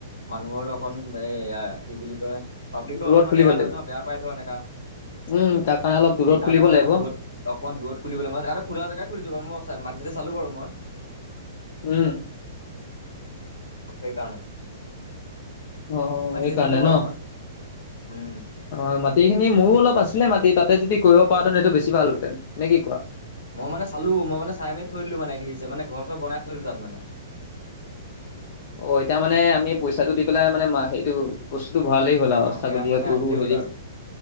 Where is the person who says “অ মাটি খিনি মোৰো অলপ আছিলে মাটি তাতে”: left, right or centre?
Left